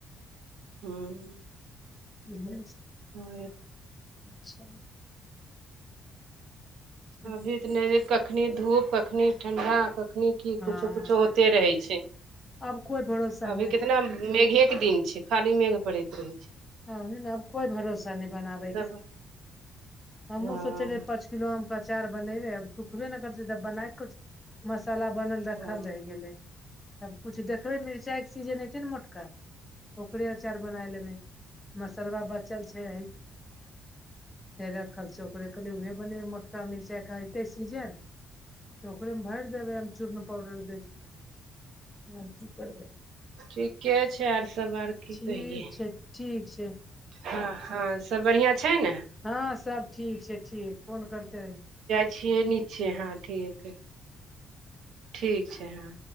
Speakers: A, on the right; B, on the left.
A: हँ।
B: ब
A: आओर।
B: अच्छा। छै
A: अभी तऽ नहि कखनी धूप कखनी ठण्डा कखनी। कि
B: हँ
A: कुछो कुछो होते रहे छै,
B: आब कोइ भरोसा
A: अभी
B: नहि
A: कितना मेघेके दिन खाली मेघ पड़ैत रहत छै।
B: ह, नेब कोई भरोसा नहि बनाबै
A: तब
B: के हमहु
A: हँ
B: सोचलियै पिलोम के अचार बनेबै आ सुखबे नहि करतै तब बनाइ खो। मसला बनल रखल
A: हूँ
B: रहि गेले सभ कुछु देखबै मिरचाई के सीजन एयते ने मोटका ओकरे अचार बनाय लेबै। मसरवा बचल छै, हे रखल छै ओकरे। उहे बने मोटका मिरचाई के एते सीजल तऽ ओकरे मे भरि देबे चू डर ह कि करबै
A: ठीके छै, आर सभ आर की
B: ठीक
A: कहियै
B: छै, ठीक छै।
A: हँ, हँ सभ बढ़िआँ छै ने
B: हँ सभ ठीक छै ठीक फोन करते
A: छै नचे हँ ठीक, ठीक छै हँ